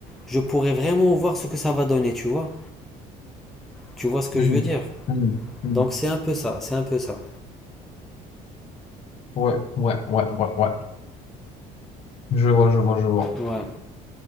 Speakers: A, in the centre; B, on the left.
A: je pourrais vraiment voir ce que ça va donner, tu vois Tu vois ce que
B: Hmm.
A: je veux dire
B: Hmm. Hmm.
A: Donc, c'est un peu ça, c'est un peu ça.
B: Ouais, ouais, ouais, ouais, ouais. Je vois, je vois, je vois.
A: Ouais,